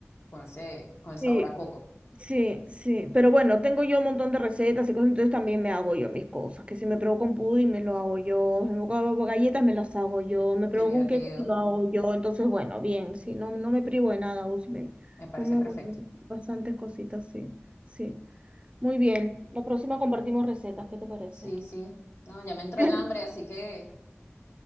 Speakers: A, on the left; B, on the right.
A: con ese, con el sabor
B: sí,
A: a coco.
B: Sí, sí, pero bueno, tengo yo un montón de recetas y cosas, entonces también me hago yo mis cosas, que si me provoca un pudding me lo hago yo, si me provoca galletas me las hago yo, me provoca
A: Qué divertido.
B: un cake me lo hago yo, entonces bueno, bien, sí, no, no me privo de nada, o si me-
A: Me parece
B: como
A: perfecto.
B: bastantes cositas, sí, sí. Muy bien, la próxima compartimos recetas, ¿qué te parece?
A: Sí, sí. No, ya me entró
B: <laughs>
A: el hambre, así que